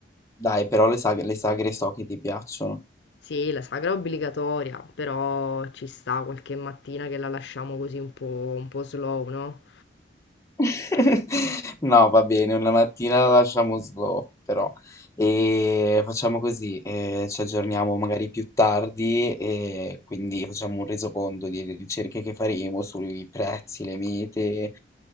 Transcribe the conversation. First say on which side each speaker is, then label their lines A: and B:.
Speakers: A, on the left (about 15°); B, on the left (about 70°).
A: dai, però le sagre, le sagre so che ti piacciono.
B: Sì, la sagra è obbligatoria, però ci sta qualche mattina che la lasciamo così un po', un po' slow, no?
A: <laughs> No, va bene, una mattina la lasciamo slow, però. E facciamo così, eh, ci aggiorniamo magari più tardi e quindi facciamo un resoconto delle ricerche che faremo sui prezzi, le mete